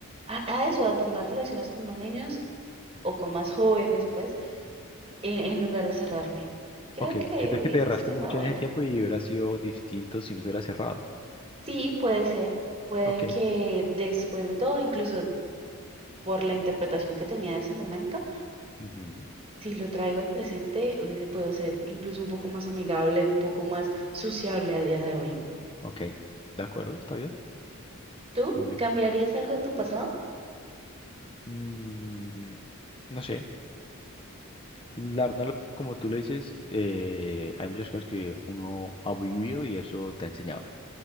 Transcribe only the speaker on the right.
a, a eso, a tener relaciones con más niños o con más jóvenes, pues, en, en lugar de cerrarme. Creo
que
hubiese
sido
una buena.
Sí, puede ser. Puede
que después de todo, incluso por la interpretación que tenía de ese momento,
si lo traigo al presente, hubiese podido ser incluso un poco más amigable, un poco más sociable a día de hoy.
¿Tú
cambiarías algo de tu pasado?